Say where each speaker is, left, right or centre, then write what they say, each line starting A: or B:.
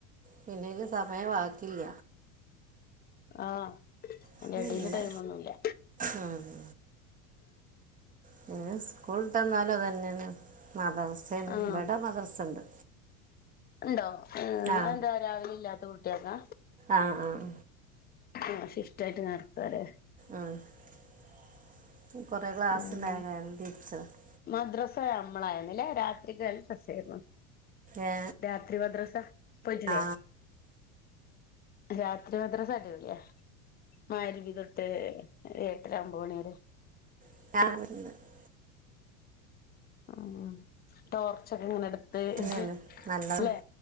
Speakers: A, on the right; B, on the left.
A: പിന്നേ ഇതു സമയം ബാക്കില്ല.
B: ആഹ് അയിന്റെ
A: പിന്നേ
B: എടേല് ടൈമൊന്നുല്ല
A: ആഹ് പിന്നേ സ്കൂള് വിട്ട് വന്നാലും അതു തന്നെയാ മദ്രസെയാണ്
B: ആഹ്
A: ഇവിട മദ്രസ ഉണ്ട്.
B: ഉണ്ടോ എഹ്
A: ആ
B: അതെന്താ രാവിലെ ഇല്ലാത്ത കുട്ടികൾക്കാ.
A: ആഹ് ആഹ്.
B: ആഹ് ഷിഫ്റ്റ് ആയിട്ട് നടത്താല്ലേ.
A: ആഹ് കുറെ ക്ലാസ്സ്
B: ഉം
A: ഉണ്ടായിരുന്നു. <unintelligible>
B: മദ്രസ നമ്മളായിരുന്നില്ലെ രാത്രിക്ക് <unintelligible>
A: ഏ
B: രാത്രി മദ്രസ പോയിട്ടില്ലേ.
A: ആ
B: രാത്രി മദ്രസ അടിപൊളിയ മഗ്‌രിബ് തൊട്ട് ഏട്ടര ഒൻപതു മണി വരെ.
A: <unintelligible>
B: ഉം ടോർച്ചൊക്കെ ഇങ്ങനെ എടുത്ത്
A: പിന്നെയാണ്
B: അല്ലെ
A: നല്ലതാണ്